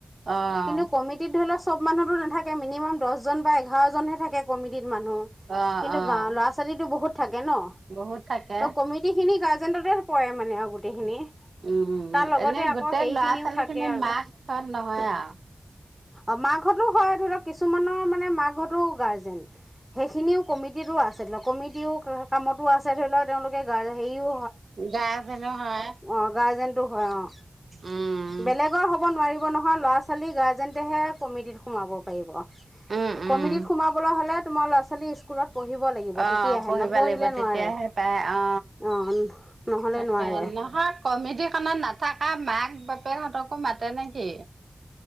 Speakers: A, on the right; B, in the centre.
A: অ',
B: কিন্তু কমিটিত ধৰি লও চব মানুহতো নাথাকে। মিনিমাম দহজন বা এঘাৰজনহে থাকে কমিটীত মানুহ
A: অ',
B: কিন্তু
A: অ',
B: গাওৰ ল'ৰা ছোৱালীতো বহুত থাকে ন ত
A: বহুত থাকে।
B: কমিটি খিনি গা এজেণ্টতে পৰে মানে আৰু গোটেইখিনি।
A: উম
B: তাৰ লগতে
A: এনে
B: আকৌ
A: গোটেই
B: হেৰিখিনিও
A: ল'ৰা ছোৱালী
B: থাকে
A: খিনি
B: আৰু
A: মাকখনত নহয় আৰু
B: অ মাকহতো হয় ধৰিক কিছুমান ৰ মানে মাকহতো গাৰ্জেন সেইখিনিও কমিটিটো আছে ধ কমিটিও কামতো আছে ধৰি লওক তেওঁলোকে গাৰ হেৰিও
A: গাৰ্জেনো হয়,
B: অ গাৰ্জেনটো হয় অ
A: উম,
B: বেলেগৰ হ'ব নোৱাৰিব। নহয় ল'ৰা ছোৱালী গাৰ্জেন তেহে কমিটিত সোমাব পাৰিব
A: উম, উম।
B: কমিটিত সোমাবলৈ হ'লে তোমাৰ ল'ৰা ছোৱালী ছোৱালী স্কুলত পঢ়িব লাগিব
A: অ
B: তেতিয়াহে
A: পঢ়িব
B: নপঢ়িলে
A: লাগিব
B: নোৱাৰে
A: তেতিয়াহে পাই অ
B: অ নহলে
A: তাকে
B: নোৱাৰে
A: নহয় কমিডিখনত নাথকা মাক বাপ বাপেহতকো মাতে নেকি